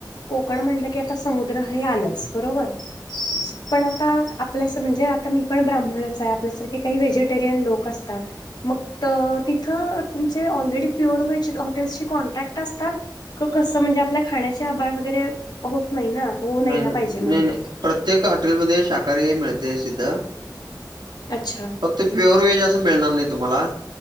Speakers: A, on the left; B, on the right.
A: कोकण म्हणलं की, आता समुद्र हे आलंच बरोबर पण आता प्लस म्हणजे आता मी पण ब्राह्मणच हाय. आपल्यासारखे काही व्हेजिटेरियन लोक असतात. मग त तिथ अ तुमचे ऑलरेडी प्युअर व्हेज हॉटेल्सशी कॉन्टॅक्ट असतात? क कसं म्हणजे, आपल्या खाण्याची आभाळ वगैरे होत नाही ना. होऊ
B: नाही
A: ना
B: नाही
A: पाहिजे म्हणून.
B: नाही नाही, प्रत्येक हॉटेलमध्ये शाकाहारी हे मिळतयच तिथं.
A: अच्छा.
B: फक्त प्युअर व्हेज अस मिळणार नाही. तुम्हाला